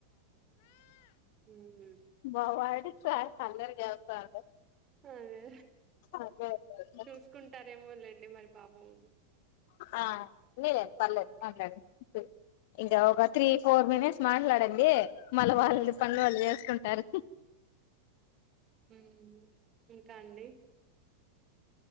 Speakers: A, on the right; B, on the left.
A: ఉమ్
B: మావాడు చాలా అల్లరి చేస్తాడు
A: అదే
B: అదే
A: చూసుకుంటారేమో లేండి మరి పాపం
B: ఆ ఉన్నిలే పర్లేదు
A: ఓకే
B: మాట్లాడు ఇంకా
A: అయ్యో
B: ఒక త్రీ ఫోర్ మినిట్స్ మాట్లాడండి మళ్ళ
A: ఆ
B: వాళ్ళ పనులు వాళ్ళు చేసుకుంటారు
A: హ్మ్. ఇంకా అండి